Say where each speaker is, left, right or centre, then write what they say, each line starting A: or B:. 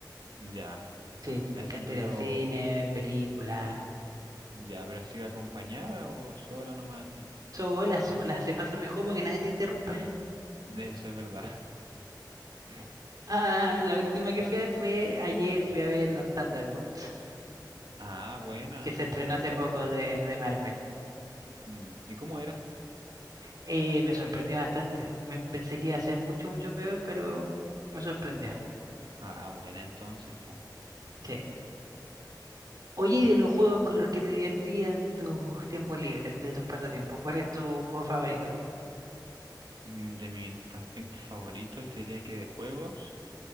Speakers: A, on the right; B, on the right.
A: Ya,
B: Sí,
A: así
B: me encanta
A: pero,
B: ir al cine, ver películas.
A: ya, pero así acompañada o sola nomás así.
B: Sola, sola, se pasa mejor porque nadie te interrumpe.
A: Eso es verdad. <laughs>
B: Ah, la última que fui a ver fue ayer, fui a ver los Thunderbolts,
A: Ah, buena,
B: que se
A: yo
B: estrenó
A: he cachado
B: hace poco
A: algo.
B: de, de Marvel.
A: Mm, ¿y cómo era?
B: Eh, me sorprendió bastante. Me pensé que iba a ser mucho, mucho peor, pero me sorprendió.
A: Ah, buena entonces, pues.
B: Sí. Oye, y de los juegos con los que te divertí en tus tiempos libres, de tus pasatiempos, ¿cuál es tu juego favorito?
A: De mis pasatiempos favoritos, te diría que de juegos.